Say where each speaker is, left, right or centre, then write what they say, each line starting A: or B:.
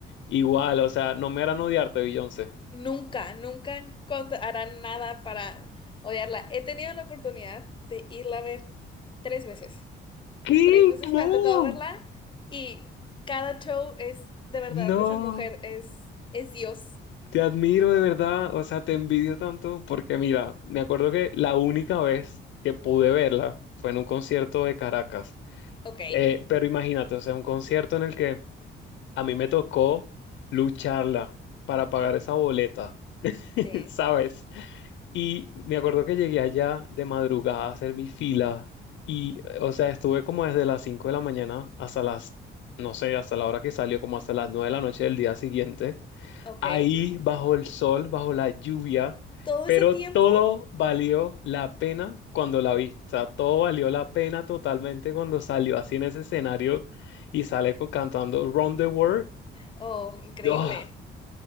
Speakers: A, on the left (about 70°); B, on the left (about 25°).
A: igual, o sea, no me harán odiarte, Beyoncé.
B: Nunca, nunca encont- harán nada para odiarla. He tenido la oportunidad de irla a ver tres veces.
A: ¿Qué?
B: Tres veces
A: No,
B: me ha tocado verla y cada show es, de verdad,
A: no,
B: esa mujer es, es Dios.
A: te admiro de verdad, o sea, te envidio tanto porque mira, me acuerdo que la única vez que pude verla fue en un concierto de Caracas,
B: Ok,
A: Eh, pero imagínate, o sea, un concierto en el que a mí me tocó lucharla para pagar esa boleta, <laughs>
B: sí,
A: ¿sabes? Y me acuerdo que llegué allá de madrugada a hacer mi fila y, o sea, estuve como desde las 5 de la mañana hasta las, no sé, hasta la hora que salió, como hasta las 9 de la noche del día siguiente
B: ok.
A: ahí bajo el sol, bajo la lluvia,
B: Todo
A: pero
B: ese tiempo,
A: todo valió la pena cuando la vi. O sea, todo valió la pena totalmente cuando salió así en ese escenario y sale con- cantando Round the World.
B: oh, increíble.
A: ¡Oh!